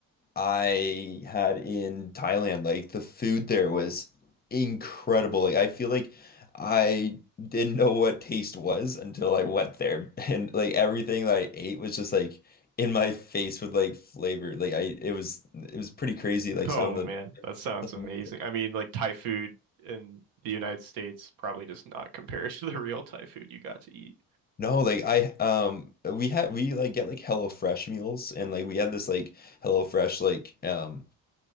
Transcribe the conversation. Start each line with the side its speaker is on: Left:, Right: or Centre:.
Left: I had in Thailand. Like the food there was incredible. Like I feel like I didn't know what taste was until I went there. <laughs> And like everything that I ate was just like in my face with like flavor. Like I it was it was pretty crazy. Like
Right: Oh
Left: some of
Right: man, that sounds
Left: the
Right: amazing. I mean, like Thai food in the United States probably does not compare <laughs> to the real Thai food you got to eat.
Left: no, like I um we had we like get like Hello Fresh meals and like we had this like Hello Fresh like um